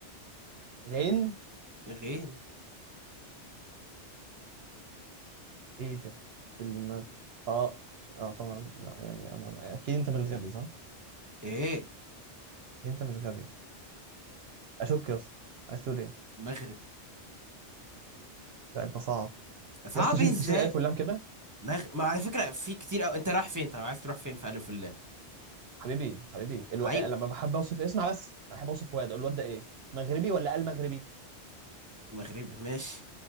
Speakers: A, on the right; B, on the right.
A: غين
B: غين
A: ايه ده المغ اه ش- اه طبعا لا يعني انا اكيد انت مش غبي صح؟
B: إيه
A: أكيد انت مش غبي اشك يا اسطى عايز تقول ايه؟
B: مغرب
A: لا انت صعب
B: صعب
A: يا اسطى شيل
B: إزاي
A: شيل الف واللام كده
B: مغ... ما على فكرة في كتير أو... انت رايح فين طيب عايز تروح فين في ألف الله
A: حبيبي حبيبي الو...
B: ايوه
A: لما بحب اوصف اسمع بس انا بحب اوصف واد اقول الواد ده ايه؟ مغربي ولا المغربي؟
B: مغرب ماشي